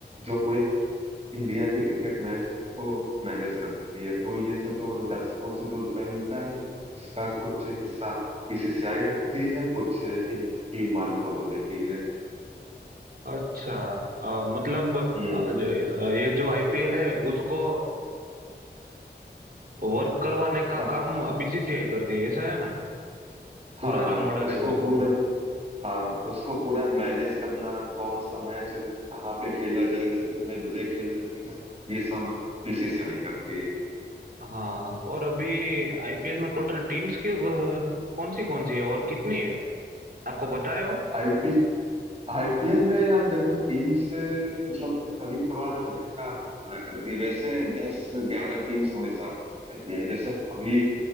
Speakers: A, on the right; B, on the right.
A: जो पूरे इंडिया के क्रिकेट मैच को मैनेज करती है तो ये सब जो दर्शकों से जो रुपए मिलता है उसका कुछ हिस्सा बीसीसीआई रखती है कुछ इन टीम मालिकों को देती है
B: अच्छा अ, मतलब
A: हम्म
B: अ, ज- अ, ये जो आईपीएल है उसको वर्क करवाने का
A: हाँ
B: काम बीसीसीआई करती है ऐसा है ना पूरा
A: हाँ
B: जो मॉडल
A: उसको
B: है उसको
A: पूरा हाँ उसको पूरा मैनेज करना कौन सा मैच कहाँ पे खेला जाएगा कितने बजे खेला जाएगा ये सब बीसीसीआई करती है
B: हाँ हाँ और अभी आईपीएल में टोटल टीम्स के कौन सी कौन सी है और कितनी है आपको पता है वो
A: आईपी आईपीएल में यार देखो टीम से मतलब कभी कभार घटा बढ़ा करती है वैसे दस ग्यारह टीम्स हमेशा रहती है जैसे अभी